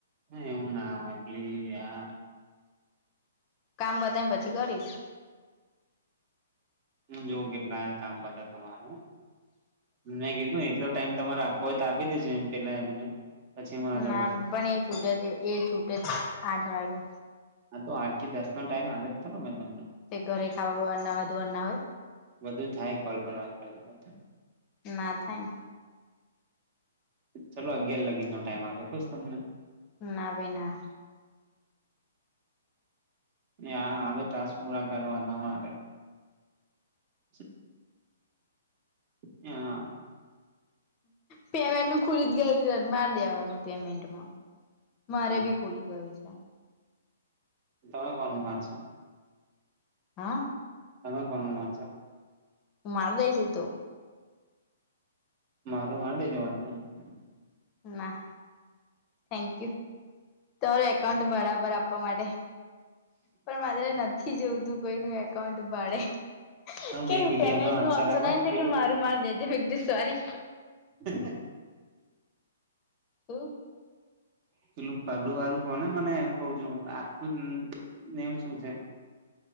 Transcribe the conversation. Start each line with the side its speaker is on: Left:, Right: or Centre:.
Right: એવું ના હોય એટલી યાર.
Left: કામ પતાઇને પછી કરીશ.
Right: હ જોવું કેટલા કામ બધા તમારું મેં કીધું એટલો ટાઈમ તમારે હોય તો આપી દેજે એમ. પેલા એમને પછી મારી
Left: ના
Right: જોડે.
Left: પણ એ છૂટે છે એ છૂટે જ આઠ વાગે
Right: હા તો આઠ થી દસ નો ટાઈમ આવે જ થ મેં તમને
Left: તે ઘરે ખાવા નાવા ધોવાના હોય.
Right: વધુ થાય કોલ પણ વાત કરે ને તો.
Left: ના થાય ને.
Right: ચાલો અગિયાર લગીનો ટાઈમ આપ્યો ખુશ તમને.
Left: ના ભઈ ના.
Right: આજે ટાસ્ક પૂરા કરવાતા મારે. <inaudible> હા.
Left: પેમેન્ટ નું ખુલી જ ગયું છે મારી દેવાનું પેમેન્ટમાં મારે
Right: હા
Left: બી ફૂલી ગયુ છે.
Right: તમે કોણ હું મારેશ.
Left: હા.
Right: તમે કોને માનસો?
Left: મારદૈ છે તો.
Right: મારું માંડી જો વાંધો નઇ.
Left: ના, થેન્ક યુ તમારું એકાઉન્ટ બરાબર આપવા માટે પણ મા નથી નથી જોવતું કોઈનું એકાઉન્ટ ભાડે.
Right: પણ
Left: કેમ
Right: મેં કીધું
Left: પેમેન્ટ
Right: એનો આન્સર
Left: નું ઓપસન
Right: આપ
Left: આવીને
Right: પેલું
Left: તો કે મારું માર દેજે એકું સોરી.
Right: હા <unintelligible>
Left: હ <unintelligible>
Right: પેલું પાલુું કોને મને એમ કવ છું આખુંમ શું છે.